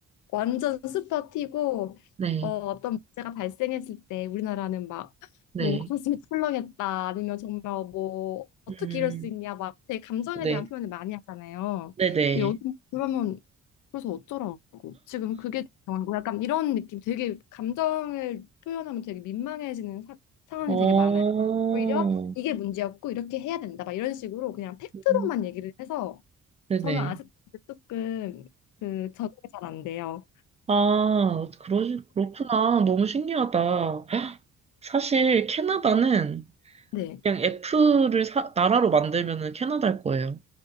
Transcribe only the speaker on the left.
완전 슈퍼 T고
어, 어떤 문제가 발생했을 때 우리나라는 막
뭐 가슴이 철렁했다 아니면 정말 뭐 어떻게
이럴 수 있냐 막 제 감정에
대한 표현을 많이 하잖아요.
근데 여기 그러면 그래서 어쩌라고 지금 그게 중요한 거 약간 이런 느낌 되게 감정을 표현하면 되게 민망해지는 사- 상황이
되게 많아요. 오히려 이게 문제였고 이렇게 해야 된다 막 이런 식으로 그냥 팩트로만
얘기를 해서
저는 아직 조금 그 적응이 잘 안 돼요.
네.